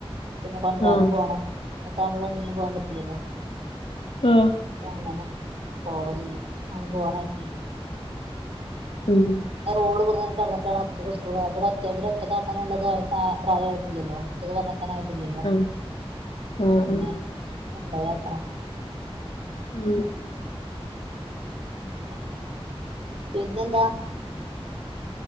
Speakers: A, on the right; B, on the left.
A: പിന്നെ കൊണ്ടോരാനും
B: ആ
A: പോണം അനത്താകുമ്പോഴ ഒന്നിനും പോകാൻ പറ്റില്ലല്ലോ
B: ആ
A: അപ്പങ്ങനെ പോവലില്ലേ അങ്ങനെ പോവാനായിട്ടില്ല
B: ഉം
A: റോഡ് ബട്ന്ന് കടന്നിട്ടാണ് <unintelligible> സ്കൂള് അ ഒറ്റക്ക ആക്കാനുള്ളത് പ്രായയിട്ടില്ലല്ലോ ഒറ്റക്ക് പറഞ്ഞേക്കാനായിട്ടില്ലല്ലോ
B: ആ
A: അപ്പൊ
B: ആ
A: പിന്നെ
B: ആ
A: കൊണ്ടയാക്കണം
B: ഉം
A: അങ്ങനെ പിന്നെന്താ